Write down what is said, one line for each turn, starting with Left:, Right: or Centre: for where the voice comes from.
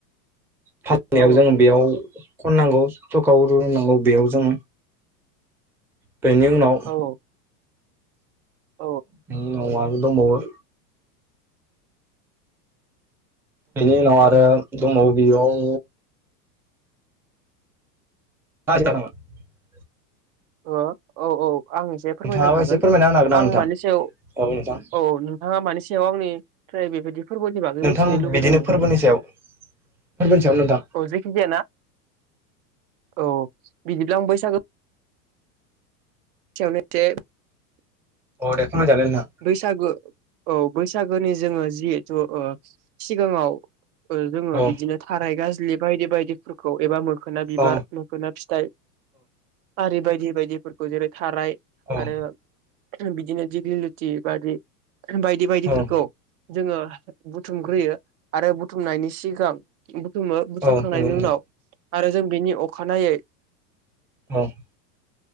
Centre: फाननायाव
Right: औ
Centre: जों बेयाव खननांगौ थखा रनांगौ <unintelligible> बेयाव जों बेनि उनाव
Right: औ औ
Centre: बिनि उनाव आरो दंबावो बेनि उनाव आरो दंबावो बियाव राज खालामा <unintelligible>
Right: अ औ औ आं एसे
Centre: नोंथाङाबो
Right: फोरमायनो हागोन
Centre: एसे फोरमायना होनो
Right: आं
Centre: हागोन नामा
Right: मानि
Centre: नोंथां
Right: सायाव
Centre: औ नोंथां
Right: औ प्राय बेबायदि फोरबोलनि बागै
Centre: नोंथां
Right: मिथिनो लुबैदों
Centre: बिदिनो
Right: नोंथां
Centre: फोरबोनि सायाव फोरबोनि सायाव नोंथां
Right: अ जेखि जायाना औ बिदिब्ला आं बैसागो सायावनो एसे <unintelligible>
Centre: औ दे फोरमायजादो नोंथां
Right: बैसागो औ बैसागोनि जोङो जिहेथु ओ सिगाङाव जोङो
Centre: औ
Right: बिदिनो थाराइ फालि बायदि बायदिफोरखौ एबा मोखोना बिबार
Centre: औ
Right: मोखोना फिथाइ आरि बाय दि बायदिफोरखौ जेरै थाराइ
Centre: औ
Right: आरो बिदिनो दिग्लि लुथि बादि बायदि बायदिफोरखौ
Centre: औ
Right: जोङो बुथुमग्रोयो आरो बुथुमनायनि सिगां बुथुमो बुथुमखांनायनि
Centre: औ नंगौ नोंथां
Right: उनाव आरो जों बिनि अखानायै
Centre: औ <inaudible>